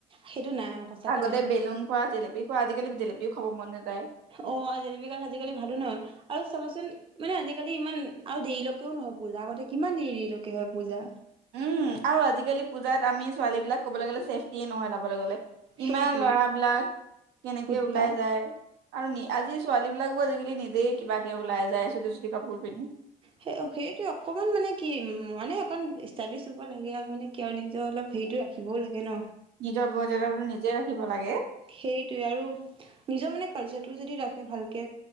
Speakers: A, on the right (about 30°); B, on the right (about 85°).
A: সেইটো নাই অ সচাকে
B: আগতে
A: নাই
B: বেলুন খোৱা জেলেপি খোৱা আজিকালি জেলেপিও খাব মন নাযায়
A: অহ জেপিগাল আজিকালি ভালো নহয় আৰু চাবাচোন মানে আজিকালি ইমান আৰু দেৰিলৈকেও নহয় পূজা আগতে কিমান দেৰিলৈকে হয় পূজা
B: উম আৰু আজিকালি পূজাত আমি ছোৱালী বিলাক ক'বলৈ গ'লে চছেফটিয়ে নহয় চাবলৈ গলে
A: সেইটোৱে
B: ইমান লৰাবিলাক কেনেকে
A: উৎপাত
B: ওলাই যায় আৰু আজি ছোৱালী বিলাকো আজিকালি নিজেই কিবাকে ওলাই যায় চুটি চুটি কাপোৰ পিন্ধি
A: সে সেইটো অকণমান মানে কি মানে অকণ ষ্টাইলিছ হব লাগে আৰু মানে কিয় আৰু নিজৰ অলপ হেৰিটো ৰাখিবও লাগে ন
B: নিজৰ মৰ্যদাটো নিজে ৰাখিব লাগে
A: সেইটোয়ে আৰু নিজৰ মানে কালচাৰটো যদি ৰাখে ভালকে